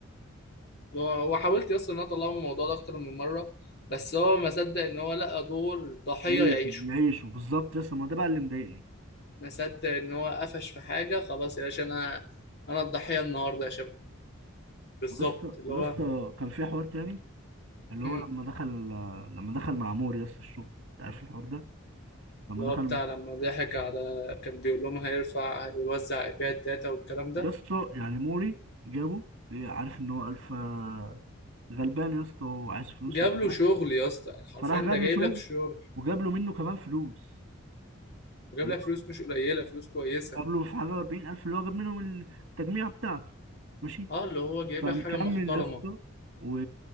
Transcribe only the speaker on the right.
يعيشوا
يعيشوا بالظبط لسه ما ده بقى اللي مضايقني
ولسه
ولسه
كان في حوار تاني اللي
هو لما دخل لما دخل مع موري يسطا الشغل أنت عارف الحوار ده لما
دخل
يسطا يعني موري جابه ليه عارف ان هو الفا غلبان يسطا وعايز فلوس
وبتاع
فراح جاب
له شغل
وجاب له منه كمان فلوس
اللي
هو
جاب له في حاجه 40000 اللي هو جاب منهم التجميعه بتاعته ماشي
فمكمل
يا اسطى و...